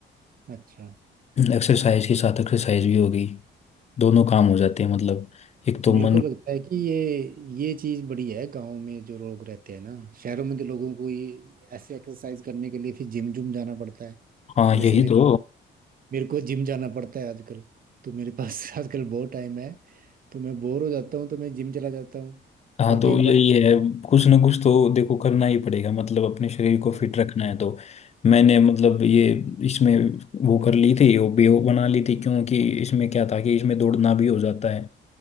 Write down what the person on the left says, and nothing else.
एक्सरसाइज के साथ एक्सरसाइज भी होगी दोनों काम हो जाते हैं मतलब एक तो
मन
हाँ
यही
तो
हाँ
तो
यही
है कुछ ना कुछ तो देखो करना ही पड़ेगा मतलब अपने शरीर को फिट
रखना है तो मैंने मतलब ये इसमें वो कर ली थी हॉबी वो बना ली थी क्योंकि इसमें क्या था कि इसमें दौड़ना भी हो जाता है